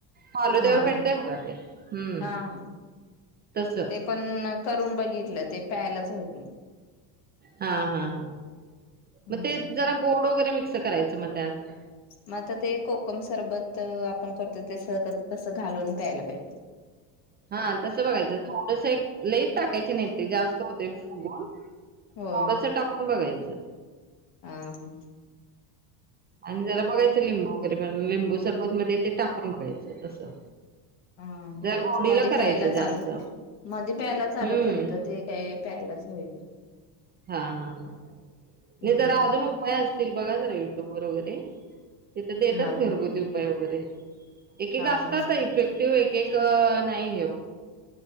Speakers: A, on the right; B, on the left.
A: फालूदयं
B: हा
A: बरोबर भेटतय बघा ते हम्म
B: हा हा
A: तस
B: ते पण करून बघितलं ते प्यायलाच होत नाही
A: हा हा हां
B: हम्म
A: मग ते जरा गोड वगैरे मिक्स करायचं मग त्यात
B: मग आता ते कोकम सरबत आपण करतो ते सगत तसं घालून प्यायला पाहिजे
A: हा तसं बघायचं थोडस एक लईत टाकायची नाही ते जास्त होते फुगून
B: हो
A: थोडस टाकून बघायचं
B: ह हां
A: आणि जरा बघायचं लिंबू वगैरे पण लिंबू सरबत मध्ये ते टाकून बघायचं तसं
B: ह
A: जरा
B: तेच
A: गोडीला
B: मध
A: करायचं
B: प्यायला चालू
A: जास्त.
B: मध्ये प्यायला चालू
A: हम्म.
B: केलतात ते काय प्यायलाच होईल
A: हा हा हा नाही
B: हम्म
A: तर अजून उपाय असतील बघा ज युट्यूब वर वगैरे तथ देतात
B: हा
A: घरगुती उपाय वगैरे एक एक
B: हा
A: असतात
B: हा
A: ना इफेक्ट तव एक एक नाही आहे